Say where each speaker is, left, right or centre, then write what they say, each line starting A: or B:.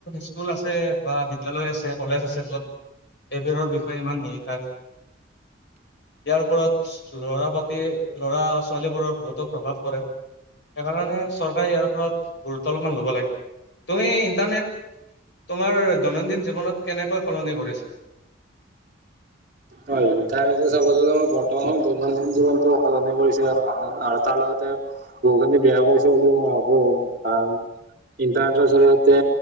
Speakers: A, on the left (about 60°); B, on the right (about 45°).
A: স্কুল আছে বা বিদ্যালয় আছে কলেজ আছে য'ত। এবোৰৰ বিষয়ে ইমান নিশিকাই। ইয়াৰ ওপৰত লৰা প্ৰতি লৰা ছোৱালীবোৰৰ বহুতো প্ৰভাৱ পৰে। সেইণে চৰকাৰে ইয়াৰ ওৰত গুৰুত্ব অলপমান ল'ব লাগে তুমি ইন্টাৰনেট তোমাৰ দৈনন্দিন জীৱনত কেনেকৈ সলনি কৰিছে।
B: হয় ইণ্টাৰনেট চাব বৰ্তমান দৈনন্দিন জীৱনতো সলনি কৰিছে তালত এয়া বহুখিনি বেয়া কৰিাইছে বুলি মই ভাবো কাৰণ ইণ্টাৰনেটৰ জৰিয়তে